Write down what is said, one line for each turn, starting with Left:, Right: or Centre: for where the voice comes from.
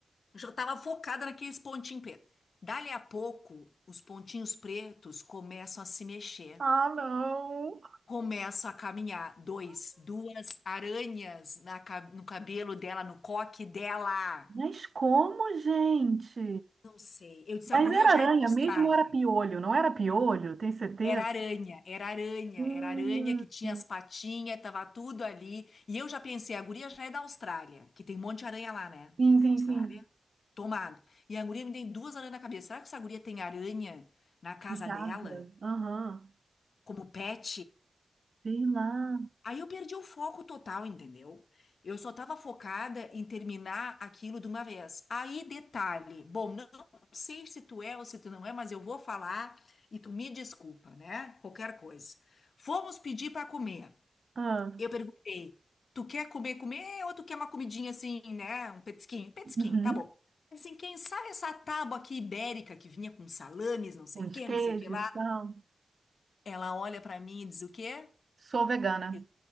Left: já tava focada naqueles pontinhos pretos. Dali a pouco, os pontinhos pretos começam a se mexer.
Right: Ah, não.
Left: Começo a caminhar. Dois, duas aranhas na ca- no cabelo dela, no coque dela.
Right: Mas como, gente?
Left: Não sei. Eu disse,
Right: Mas
Left: a guria
Right: era
Left: já
Right: aranha
Left: é da Austrália.
Right: mesmo ou era piolho? Não era piolho? Tem certeza?
Left: Era aranha, era aranha,
Right: Hum.
Left: era aranha que tinha as patinhas, tava tudo ali. E eu já pensei, a guria já é da Austrália, que tem um monte de aranha lá, né?
Right: Sim, sim,
Left: Austrália?
Right: sim.
Left: Tomado. E a guria me tem duas aranhas na cabeça. Será que essa guria tem aranha na casa
Right: Em casa.
Left: dela?
Right: Aham.
Left: Como pet?
Right: Sei lá.
Left: Aí eu perdi o foco total, entendeu? Eu só tava focada em terminar aquilo de uma vez. Aí, detalhe. Bom, não sei se tu é ou se tu não é, mas eu vou falar e tu me desculpa, né? Qualquer coisa. Fomos pedir para comer.
Right: Ah,
Left: Eu perguntei: tu quer comer, comer ou tu quer uma comidinha assim, né? Um petisquinho? Petisquinho,
Right: uhum.
Left: tá bom. Assim, quem sabe essa tábua aqui ibérica que vinha com salames, não sei
Right: Uns
Left: o que,
Right: queijos,
Left: não sei o que lá.
Right: tal.
Left: Ela olha para mim e diz o quê?
Right: Sou vegana.
Left: Eu